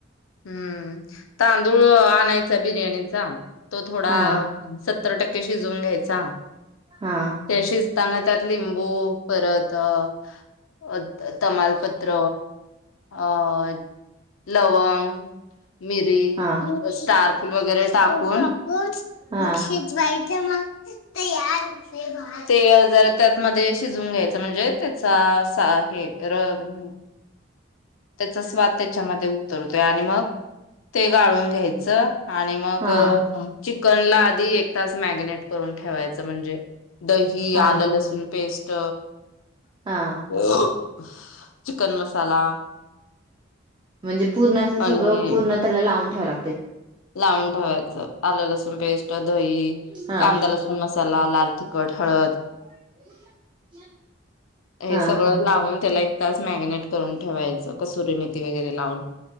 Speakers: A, on the left; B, on the right.
A: हम्म तांदूळ हा आणायचा बिर्याणीचा तो थोडा
B: हा
A: सत्तर टक्के शिजवून घ्यायचा
B: हां.
A: ते शिजताना त्यात लिंबू परत अह अह त. तमालपत्र अह लवंग मिरी
B: हा
A: मग स्टार फुल वगैरे टाकून,
B: हा
A: मग शि जवायचं मग तयार होतोय भात. ते जरा त्यात मध्ये शिजवून घ्यायचं म्हणजे त्याचा सार हे र हम्म. त्याचा स्वाद त्याच्यामध्ये उतरतोय आणि मग ते गाळून घ्यायचं. आणि मग
B: हा
A: चिकनला आधी एक तास मॅग्नेट करून ठेवायचं म्हणजे दही,
B: हा
A: आलं लसूण पेस्ट.
B: हां.
A: <unintelligible> चिकन मसाला
B: म्हणजे पूर्ण असं सगळं
A: आणि
B: पूर्ण त्याला लावून ठेवाय ला
A: लावून ठेवायचं आलं लसूण पेस्ट, दही,
B: हा.
A: कांदा लसूण मसाला, लाल तिखट, हळद
B: <inaudible>
A: हे
B: हा
A: सगळं
B: हा
A: लावून त्याला एक तास मॅगनेट करून ठेवायचं कस्तुरी मेथी वगैरे लावून